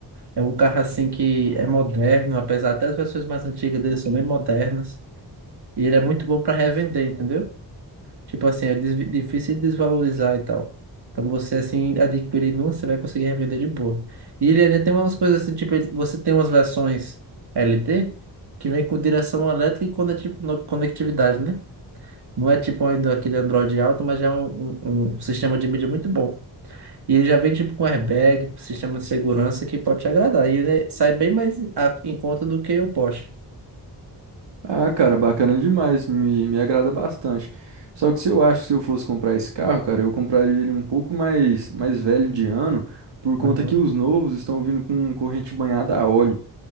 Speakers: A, on the right; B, on the right.
A: é um carro assim que é moderno, apesar até as versões mais antigas dele são bem modernas. E ele é muito bom pra revender, entendeu? Tipo assim, é desvi- difícil de desvalorizar e tal. Então você assim adquirindo um, você vai conseguir revender de boa. E ele ainda tem umas coisas assim, tipo, ele- você tem umas versões LT que vem com direção elétrica e conecti- no- conectividade, né? Não é tipo ainda aquele Android alto, mas já é um, um- um sistema de mídia muito bom. E ele já vem tipo com airbag, sistema de segurança que pode te agradar. E ele sai bem mais a- em conta do que o Porsche.
B: Ah, cara, bacana demais, me, me agrada bastante. Só que se eu acho que se eu fosse comprar esse carro, cara, eu compraria ele um pouco mais, mais velho de ano, por conta
A: Uhum.
B: que os novos estão vindo com corrente banhada a óleo.